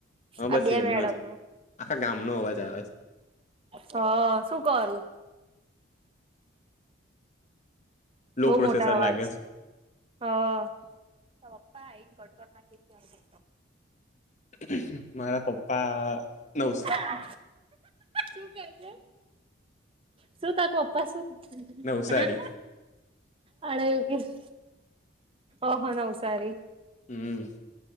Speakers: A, on the left; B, on the right.
A: હા
B: આ
A: બસ
B: બે
A: એમનો
B: મેડમ
A: જ
B: નું
A: આખા ગામનો અવાજ આવેછે
B: હ શું કરું?
A: લો
B: બહુ
A: પ્રોસેસર
B: મોટા અવાજ
A: લાગે છે
B: હા <unintelligible>
A: <unintelligible> મારા પપ્પા નવસા
B: હા શું કે છે શું ત તું પપ્પા શું <inaudible> <unintelligible>
A: નવસારી
B: હડ ગી ઓહો નવસારી
A: હમ્મમ.